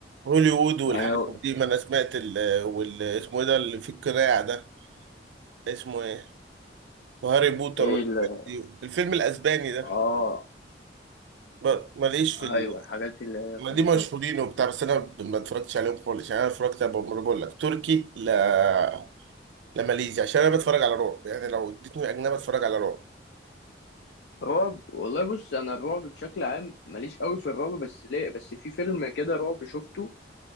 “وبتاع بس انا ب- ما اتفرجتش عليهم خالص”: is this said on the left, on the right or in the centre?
Right